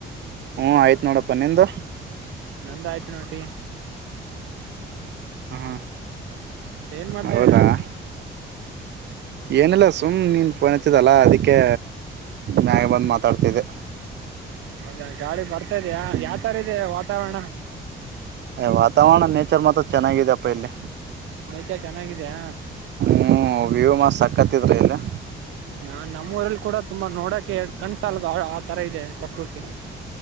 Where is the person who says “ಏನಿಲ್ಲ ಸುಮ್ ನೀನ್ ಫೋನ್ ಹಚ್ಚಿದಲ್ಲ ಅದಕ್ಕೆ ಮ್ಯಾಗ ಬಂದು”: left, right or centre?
Right